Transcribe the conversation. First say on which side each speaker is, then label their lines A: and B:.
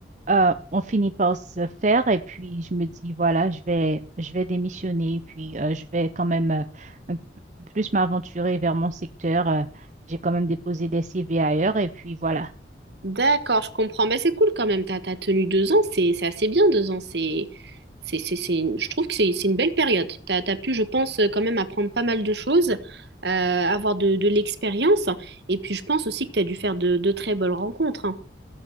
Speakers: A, on the right; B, on the right.
A: euh, on finit par se faire et puis je me dis, voilà, je vais, je vais démissionner et puis euh, je vais quand même euh, un peu plus m'aventurer vers mon secteur. Euh, j'ai quand même déposé des CV ailleurs et puis voilà.
B: D'accord, je comprends. Mais c'est cool quand même. T'as, t'as tenu deux ans, c'est, c'est assez bien deux ans. C'est, c'est, c'est, c'est une- je trouve que c'est, c'est une belle période. T'as, t'as pu, je pense, quand même apprendre pas mal de choses, euh, avoir de, de l'expérience. Et puis, je pense aussi que t'as dû faire de, de très belles rencontres. hein.